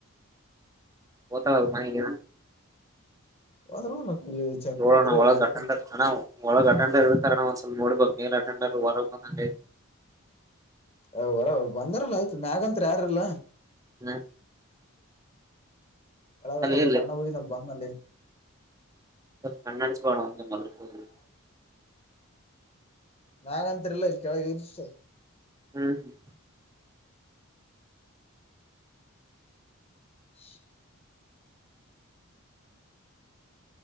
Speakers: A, on the right (about 15°); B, on the left (about 30°).
A: <unintelligible> ಮನಿಗೆ.
B: ಹೋದ್ರಲ್ಲ ಇಲ್ಲಿ ಚೆಕ್
A: ನೋಡಣ
B: ಇದ್ರ
A: ಒಳಗ್
B: ಇದಕ್
A: ಅಟೆಂಡರ್ ಅಣ್ಣ ಒಳಗಡೆ ಅಟೆಂಡರ್ ಇರ್ <unintelligible> ತರೇನೊ ಒಂದ್ಸಲ ನೋಡ್ ಬರಬೇಕು ಮೇಲ್ ಅಟೆಂಡರು ಹೊರಬಂದ.
B: ಅವ್ ಅವ್ ಬಂದಾರಲ್ಲ ಆಯ್ತು ಮ್ಯಾಗಂತ್ ಯಾರಿಲ್ಲ.
A: ಹ್ಮ
B: ಒಳ ಒಬ್ಬ
A: ಇರ್ಲಿ
B: ಅಣ್ಣ ಹೋಗಿದನಲ್ಲಿ ಬಂದ್ನಲ್ಲೇ.
A: ಕಣ್ಣಾಡಿಸಿಕೊಳ್ಳನ ಒಂದು <unintelligible>
B: ಮ್ಯಾಲೆಂತಿರಲ್ಲ ಇಲ್ಲಿ ಕೆಳಗಿಳಿಸು.
A: ಹ್ಮ್ ಹ್ಮ
B: <inaudible>